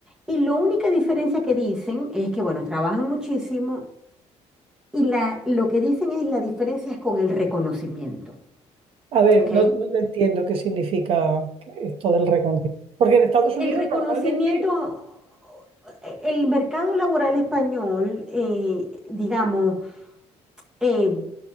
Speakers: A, in the centre; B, on the right.
A: y la única diferencia que dicen es que, bueno, trabajan muchísimo y la, lo que dicen es la diferencia es con el reconocimiento,
B: A ver,
A: ¿ok?
B: no, no te entiendo qué significa esto del reconocimiento. Porque en Estados
A: El
B: Unidos
A: reconocimiento,
B: normalmente...
A: eh, el mercado laboral español, eh, digamos, eh,